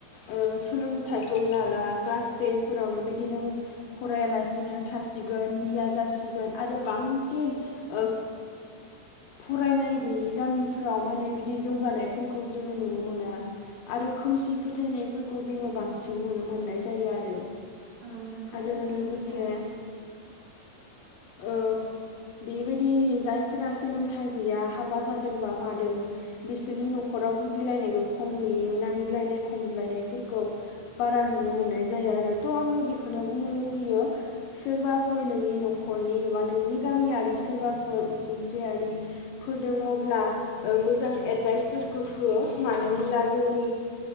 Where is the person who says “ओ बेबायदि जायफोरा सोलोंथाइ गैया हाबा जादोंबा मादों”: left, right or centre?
Left